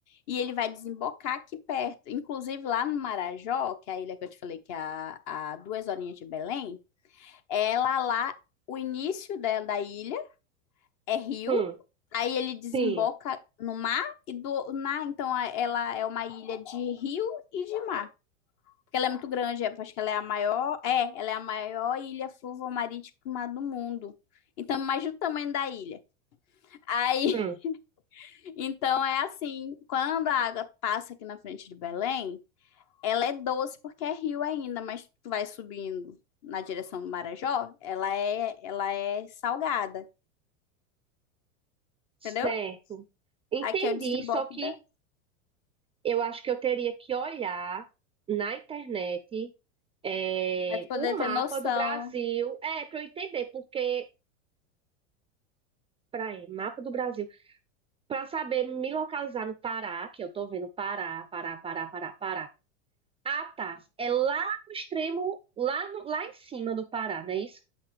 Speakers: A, on the left; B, on the right.
A: E ele vai desembocar aqui perto. Inclusive, lá no Marajó, que é a ilha que eu te falei que é a, a duas horinhas de Belém, ela lá, o início dela, da ilha é rio,
B: hum,
A: aí ele desemboca
B: sim,
A: no mar e do na, então a- ela é uma ilha de rio e de mar. Porque ela é muito grande, é- acho que ela é a maior, é, ela é a maior ilha fluvial-marítima do mundo. Então, imagina o tamanho da ilha. Aí,
B: hum,
A: <laughs> então é assim, quando a água passa aqui na frente de Belém, ela é doce porque é rio ainda, mas tu vai subindo na direção do Marajó, ela é, ela é salgada,
B: certo.
A: entendeu?
B: Entendi,
A: Aqui é o desemboque
B: só que
A: da,
B: eu acho que eu teria que olhar na internet é,
A: pra tu poder
B: o mapa
A: ter noção.
B: do Brasil. É, para eu entender, porque... Peraí, mapa do Brasil. Pra saber me localizar no Pará, que eu tô vendo Pará, Pará, Pará, Pará, Pará. Ah, tá. É lá no extremo, lá, no- lá em cima do Pará, não é isso?